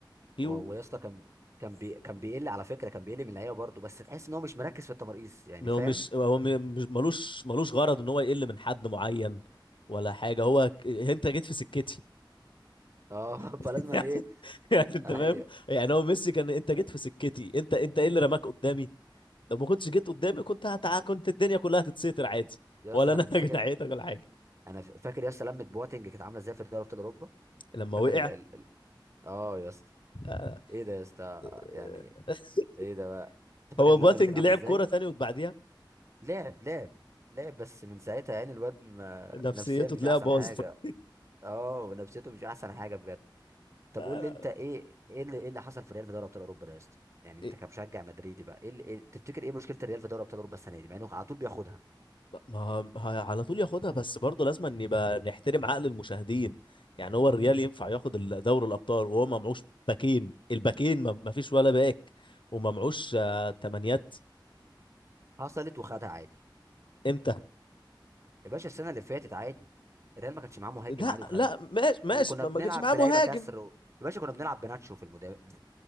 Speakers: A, on the left; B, on the right.
A: يو
B: و- ويا اسطى كان كان بي... كان بيقل على فكره كان بيقل من اللعيبه برضه بس تحس ان هو مش مركز في التماريز يعني
A: هو
B: فاهم
A: مش هو م- مش ملوش ملوش غرض ان هو يقل من حد معين ولا حاجة هو ك- انت جيت في سكتي
B: اه <laughs>
A: <laughs>
B: فلازم ايه
A: يعني انت
B: ايوه
A: فاهم يعني هو ميسي كان انت جيت في سكتي انت انت ايه اللي رماك قدامي لو ما كنتش جيت قدامي كنت هتع... كنت الدنيا كلها هتتستر عادي
B: يا
A: ولا
B: اسطى انا
A: انا
B: كنت
A: <laughs>
B: فاكر
A: جنحيتك ولا حاجه
B: انا ف- فاكر يا اسطى لمه بواتنج كانت عامله ازاي في دوري ابطال اوروبا
A: لما
B: فاكر
A: وقع
B: ال... ال... ال... اه يا اسطى
A: آه،
B: ايه ده يا اسطى
A: آه،
B: يعني
A: <laughs>
B: ايه ده بقى انت فاكر
A: هو
B: اللمه
A: بواتنج
B: دي كانت عامله
A: لعب
B: ازاي
A: كوره تاني وبعديها
B: لعب لعب لعب بس من ساعتها يعني الواد ما...
A: نفسيته
B: نفسيا مش
A: تلاقيها
B: احسن
A: باظت
B: حاجه
A: <laughs>
B: اه ونفسيته مش احسن حاجه بجد طب
A: آه،
B: قول لي انت ايه ايه اللي, ايه اللي حصل في الريال في دوري ابطال اوروبا ده يا اسطى يعني انت
A: إيه،
B: كمشجع مدريدي بقى ايه, اللي إيه تفتكر ايه مشكله الريال في دوري ابطال اوروبا السنه دي مع انه على طول بياخدها
A: ما ما- ه- على طول ياخدها بس برضه لازم ان يبقى نحترم عقل المشاهدين يعني هو الريال ينفع ياخد ال- دوري الابطال وهو ما معوش باكين الباكين ما ما فيش ولا باك وما معوش آه، تمانيات
B: حصلت وخدها عادي
A: امتى
B: يا باشا السنه اللي فاتت عادي الريال ما كانش معاه مهاجم
A: لا
B: عادي وخدها
A: لا ماشي ماشي
B: وكنا
A: ما
B: بنلعب
A: ما كانش معاه
B: بلعيبه
A: مهاجم
B: كسر و... يا باشا كنا بنلعب بناتشو في المدافع <laughs>